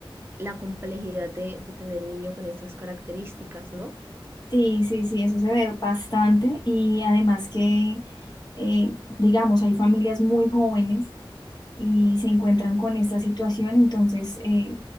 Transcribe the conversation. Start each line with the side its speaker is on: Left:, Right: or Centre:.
Right: la complejidad de, de tener un niño con estas características, ¿no?
Left: Sí, sí, sí, eso se ve bastante y además que, eh, digamos, hay familias muy jóvenes y se encuentran con esta situación, entonces eh,